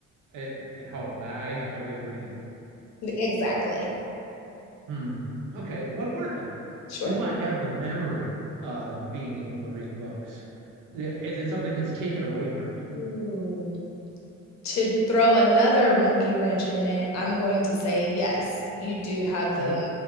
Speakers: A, on the right (about 80°); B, on the left (about 60°).
A: at, at home. I have no way of reading them.
B: e, Exactly.
A: Hmm. Okay, one more thing.
B: Sure.
A: Do I have the memory of being able to read books? Eh, Is it something that's taken away from me?
B: Ooh. To throw another monkey wrench in it, I'm going to say yes, you do have the
A: Okay.